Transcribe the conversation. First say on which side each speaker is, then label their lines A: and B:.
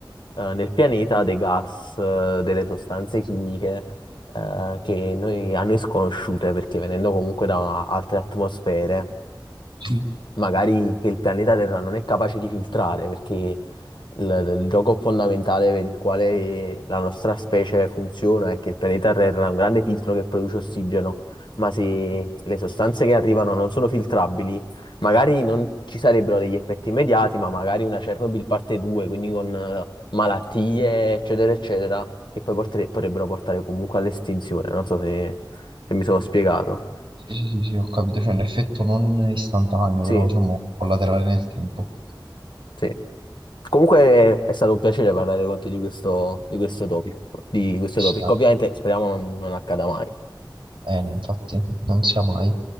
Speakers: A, on the left (about 65°); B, on the right (about 75°).
A: eh, nel pianeta dei gas, eh, delle sostanze chimiche eh, che noi- a noi sconosciute, perché venendo comunque da altre atmosfere
B: Sì,
A: magari che il pianeta Terra non è capace di filtrare, perché il, il gioco fondamentale per il quale la nostra specie funziona è che il pianeta Terra ha un grande filtro che produce ossigeno, ma se
B: sì.
A: le sostanze che arrivano non sono filtrabili, magari non ci sarebbero degli effetti immediati, ma magari una Chernobyl parte 2, quindi con eh, malattie, eccetera, eccetera, che poi portere- potrebbero portare comunque all'estinzione. Non so se se mi sono spiegato.
B: sì, sì, sì, sì, ho capito, c'è un effetto non istantaneo,
A: Sì,
B: però diciamo collaterale nel tempo.
A: sì. Comunque è stato un piacere parlare con te di questo, di questo topic, di questo
B: Sì,
A: topic. Ovviamente speriamo non non accada mai.
B: eh, no, infatti, non sia mai.